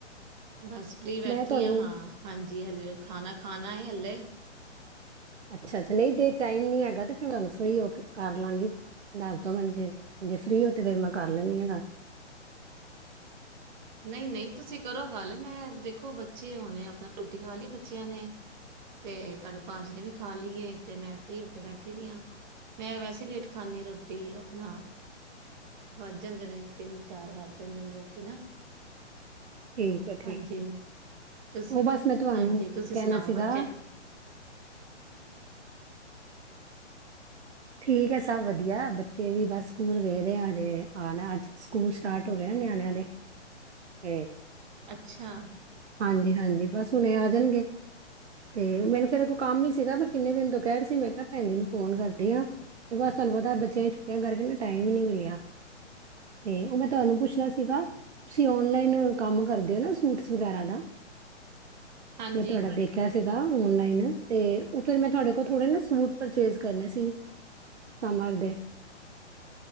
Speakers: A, on the right; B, on the right.
A: ਬਸ ਫਰੀ ਬੈਠੀ
B: ਮੈਂ ਤੁਹਾਨੂੰ
A: ਹੋਈ ਹਾਂ, ਹਾਂਜੀ ਹਲੇ ਖਾਨਾ ਖਾਨਾ ਏ ਹਲੇ।
B: ਅੱਛਾ ਅੱਛਾ, ਨਹੀਂ ਤੇ ਟਾਈਮ ਨੀ ਹੈਗਾ ਤੇ ਫਿਰ ਓਹਨਾਂ ਨੂੰ ਫ੍ਰੀ ਹੋ ਕੇ ਕਰ ਲਾਂਗੀ। ਦੱਸ ਦਿਓ ਹੁਨ ਜੇ, ਜੇ ਫਰੀ ਹੋਈ ਤੇ ਫੇਰ ਮੈਂ ਕਰ ਲੈਂਨੀਂ ਹੈ ਗੱਲ।
A: ਨਹੀਂ ਨਹੀਂ ਤੁਸੀ ਕਰੋ ਗੱਲ, ਮੈਂ ਦੇਖੋ ਬੱਚੇ ਹੁਨੇ ਆਪਨਾ, ਰੋਟੀ ਖਾ ਲਈ ਬੱਚਿਆਂ ਨੇਂ। ਤੇ ਤੁਹਾਡੇ ਭਾਜੀ ਨੇ ਵੀ ਖਾ ਲਈ ਏ, ਤੇ ਮੈਂ ਫ੍ਰਰੀ ਹੋ ਕੇ ਬੈਠੀ ਦੀ ਆਂ। ਮੈਂ ਵੈਸੇ ਤੇ ਲੇਟ ਖਾਂਦੀ ਹਾਂ ਰੋਟੀ, ਆਪਨਾ। ਵਜ ਜਾਂਦੇ ਨੇਂ, ਤਿੰਨ ਚਾਰ ਵਜ ਜਾਂਦੇ ਰੋਟੀ ਨਾ <unintelligible>
B: ਠੀਕ ਹੈ ਠੀਕ।
A: ਹਾਂਜੀ ਤੁਸੀ,
B: ਉਹ ਬਸ ਮੈਂ ਤੁਹਾਨੂੰ
A: ਹਾਂਜੀ ਤੁਸੀ
B: ਕਹਿਣਾ
A: ਸੁਨਾਓ
B: ਸੀਗਾ
A: ਬੱਚੇ ਠੀ
B: ਠੀਕ ਹੈ ਸਭ ਵਧੀਆ, ਬੱਚੇ ਵੀ ਬਸ ਸਕੂਲ ਗਏ ਦੇਆਂ ਹਜੇ ਆਨਾ ਹੈ। ਅੱਜ ਸਕੂਲ ਸਟਾਰਟ ਹੋ ਗਏ ਹੈ ਨਿਆਨਿਆਂ ਦੇ ਤੇ
A: ਅੱਛਾ!
B: ਹਾਂਜੀ ਹਾਂਜੀ ਬਸ ਹੁਣੇ ਹੀ ਆ ਜਾਨਗੇ। ਤੇ ਮੈਨੂੰ ਫੇਰ ਇਹ ਕੋਈ ਕੰਮ ਹੀ ਸੀਗਾ ਵਈ, ਕਿੰਨੇ ਦਿਨ ਤੋਂ ਕਹਿ ਰਹੀ ਸੀ। ਮੈਂ ਕਿਹਾ ਭੈਨ ਜੀ ਨੂੰ ਫੋਨ ਕਰਦੀ ਹਾਂ। ਤੇ ਬਸ ਤੁਹਾਨੂੰ ਪਤਾ ਹੈ, ਬੱਚਿਆ ਦੀ ਛੁੱਟੀਆਂ ਕਰਕੇ ਨਾ ਟਾਈਮ ਹੀ ਨਹੀਂ ਮਿਲਿਆ। ਤੇ ਉਹ ਮੈਂ ਤੁਹਾਨੂੰ ਪੁੱਛਨਾ ਸੀਗਾ, ਤੁਸੀ ਓਨਲਾਈਨ ਓਹ ਕੰਮ ਕਰਦੇ ਹੋ ਨਾ ਸੂਟ ਸ ਵਗੈਰਾ ਦਾ,
A: ਹਾਂਜੀ
B: ਮੈਂ ਤੁਹਾਡਾ ਦੇਖ ਖਿਆ ਸੀਗਾ ਔਨਲਾਈਨ, ਤੇ ਉਹ ਫਿਰ ਮੈਂ ਤੁਹਾਡੇ ਕੋਲ ਥੋੜੇ ਨਾ ਸੂਟ ਪਰਚੇਜ ਕਰਨੇ ਸੀ, ਸਮਰ ਦੇ।